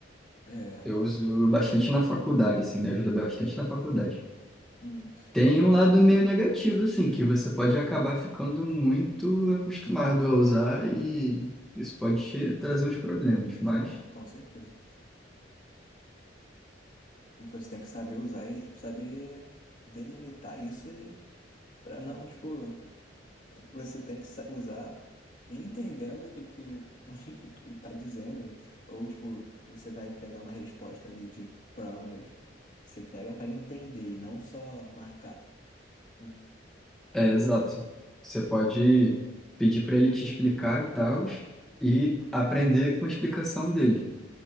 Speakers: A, on the left; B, in the centre.
A: É,
B: Eu uso bastante na faculdade, assim, me ajuda bastante na faculdade.
A: uhum.
B: Tem um lado meio negativo, assim, que você pode acabar ficando muito acostumado a usar e isso pode te trazer uns problemas,
A: Não,
B: mas
A: com, com certeza. Tipo, Você tem que saber usar e, tipo, saber delimitar isso e para não, tipo, você tem que sa- usar entendendo o que que <laughs> tá dizendo ou tipo, você vai pegar uma resposta ali de prova mesmo. Você pega para entender e não só marcar. Hum,
B: É, exato. Você pode pedir para ele te explicar e tal, e aprender com a explicação dele.